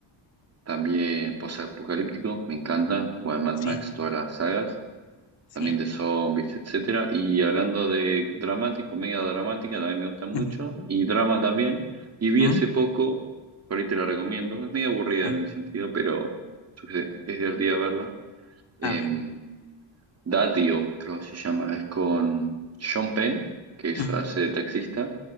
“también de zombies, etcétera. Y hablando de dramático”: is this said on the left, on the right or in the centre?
Right